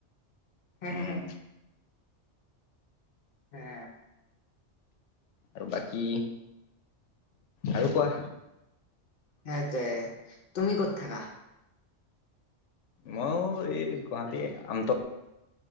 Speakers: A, on the left; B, on the left.
A: হে
B: উম
A: হে হে হে
B: আৰু বাকী আৰু কোৱা
A: সেইটোৱে তুমি ক'ত থাকা?
B: মই এই গুৱাহাটী আমত